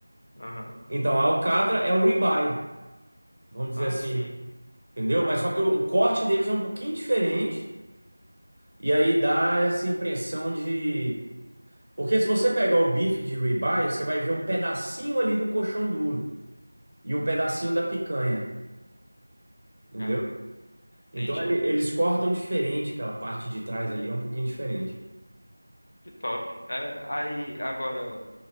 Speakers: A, on the left; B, on the right.
A: Aham.
B: Então, a alcatra é o ribeye, vamos dizer
A: Ah,
B: assim,
A: sim.
B: entendeu?
A: Caramba.
B: Mas só que o, o corte deles é um pouquinho diferente, e aí dá essa impressão de Porque se você pegar o bife de ribeye, você vai ver um pedacinho ali do coxão duro e um pedacinho da picanha, entendeu?
A: Ah, entendi.
B: Então ele- eles cortam diferente, aquela parte de trás ali é um pouquinho diferente.
A: Que top. É, aí, agora,